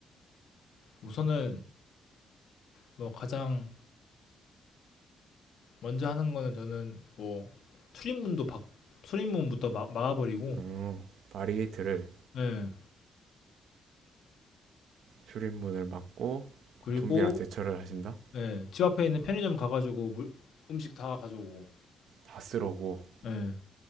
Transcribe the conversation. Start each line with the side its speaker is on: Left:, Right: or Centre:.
Left: 우선은 뭐 가장 먼저 하는 거는 저는 뭐 출입문도 박 출입문부터 막, 막아버리고
Right: 어, 바리게이트를
Left: 예
Right: 출입문을 막고
Left: 그리고
Right: 좀비랑 대처를 하신다?
Left: 예집 앞에 있는 편의점 가가지고 물, 음식 다 가져오고
Right: 다 쓰러고
Left: 예